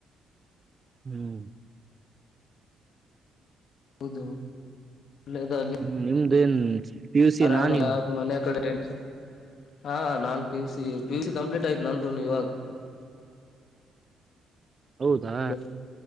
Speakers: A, on the right (about 35°); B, on the left (about 65°).
A: ಹ್ಞ
B: <unintelligible>
A: ಹ್ಮ ನಿಮ್ದೇನ್ ಪಿ ಯು ಸಿ
B: ಆರಾಮ
A: ನಾ ನೀವು
B: ಯಾವ್ದ್ ಮನ ಕಡೆ ಟೆನ್ಷನ್ ಹ ನಾನ್ P C P C complete ಆಯತ ನಂದುನು ಇವಾಗ
A: ಹೌದಾ
B: ಹಲೋ